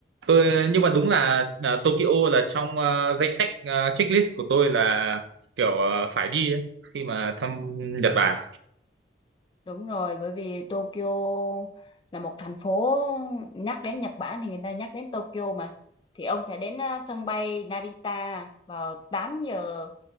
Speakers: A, on the right; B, on the left.
A: tôi nhưng mà đúng là, là Tokyo là trong ờ, danh sách ờ, checklist của tôi là kiểu ờ, phải đi ấy, khi mà thăm Nhật Bản
B: Đúng rồi, bởi vì Tokyo là một thành phố nhắc đến Nhật Bản thì người ta nhắc đến Tokyo mà. Thì ông sẽ đến ờ, sân bay Narita vào 8 giờ